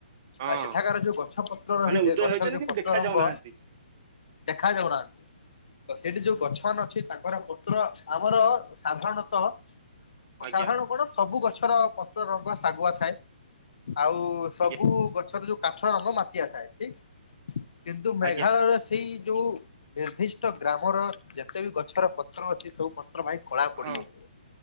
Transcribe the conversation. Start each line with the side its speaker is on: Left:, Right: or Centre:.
Right: ହଁ
Left: ଆଉ ସେଠାକାର ଯୋଉ ଗଛ ପତ୍ର ରହିଛି
Right: ମାନେ ଉଦୟ
Left: ଗଛର
Right: ହେଇଛନ୍ତି
Left: ଯୋଉ
Right: କିନ୍ତୁ
Left: ପତ୍ର
Right: ଦେଖା
Left: ରଙ୍ଗ
Right: ଯାଉନାହାନ୍ତି
Left: ଦେଖା ଯାଉନାହାନ୍ତି ତ ସେଇଠି ଯୋଉ ଗଛ ମାନେ ଅଛି ତାଙ୍କର ପତ୍ର ଆମର ସାଧାରଣ ସାଧାରଣ
Right: ଆଜ୍ଞା
Left: କଣ ସବୁ ଗଛର ପତ୍ର ରଙ୍ଗ ଶାଗୁଆ ଥାଏ। ଆଉ ସବୁ
Right: ଆଜ୍ଞା
Left: ଗଛର ଯୋଉ କାଠ ରଙ୍ଗ ମାଟିଆ ଥାଏ ଠିକ୍ କିନ୍ତୁ ମେଘାଳୟର
Right: ଆଜ୍ଞା
Left: ସେଇ ଯୋଉ ନିର୍ଦ୍ଦିଷ୍ଟ ଗ୍ରାମର ଯେତେ ବି ଗଛର ପତ୍ର ଅଛି ସବୁ ଭାଇ କଳା ପଡ଼ିଯାଇଛି
Right: ହଁ